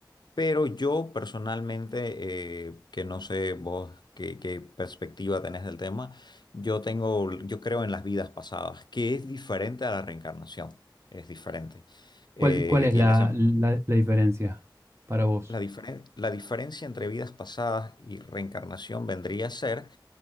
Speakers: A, on the left; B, on the right.
A: Pero yo personalmente, eh, que no sé vos qué, qué perspectiva tenés del tema, yo tengo, yo creo en las vidas pasadas, que es diferente a la reencarnación, es diferente.
B: ¿Cuál,
A: Eh,
B: cuál es
A: tiene
B: la,
A: ese-
B: la la diferencia para vos?
A: la diferen- la diferencia entre vidas pasadas y reencarnación vendría a ser